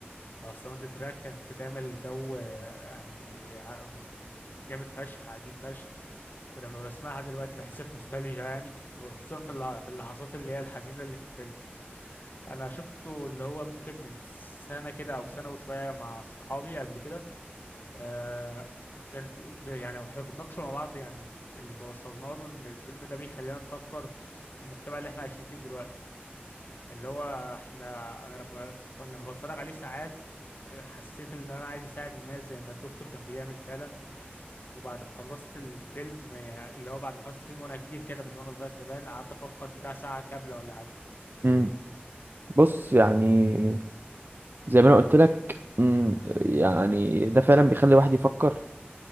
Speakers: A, on the left; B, on the right.
A: او الساوند تراك كانت بتعمل جو آه، يعني ع- مس- جامد فشخ عجيب فشخ ولما بسمعها دلوقتي بحس بنوستالجيا يعني وخصوصا في اللح- في اللحظات اللي هي الحزينة اللي في الفيلم انا شفته اللي هو ممكن من سنه كده او سنه وشويه مع صحابي قبل كده آه كان بي- بي- يعني واحنا بنناقشه مع بعض يعني اللي توصلنا له ان الفيلم ده بيخلينا نفكر في المجتمع اللي احنا عايشين فيه دلوقتي اللي هو احنا انا لما لما بتفرج عليه ساعات آه، حسيت ان انا عايز اساعد الناس زي ما الدكتور كان بيعمل فعلا وبعد ما خلصت الفيلم آه، اللي هو بعد ما خلصت الفيلم وانا كبير كده مش وانا صغير كمان قعدت افكر بتاع ساعه كامله ولا حاجه
B: مم. بص يعني زي ما أنا قلت لك مم، يعني ده فعلا بيخلي الواحد يفكر